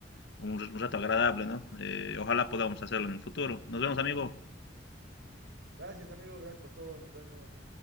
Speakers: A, on the left; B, on the right.
A: un rato agradable, ¿no? Eh, ojalá podamos hacerlo en el futuro. Nos vemos, amigo.
B: Gracias, amigo, gracias por todo, nos vemos.